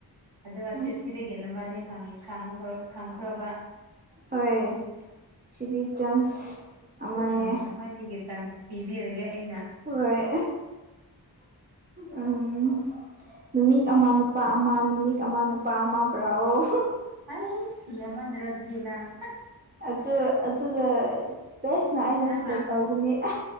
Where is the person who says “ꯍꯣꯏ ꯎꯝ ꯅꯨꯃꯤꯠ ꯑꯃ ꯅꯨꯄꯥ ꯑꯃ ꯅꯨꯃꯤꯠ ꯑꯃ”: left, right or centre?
Right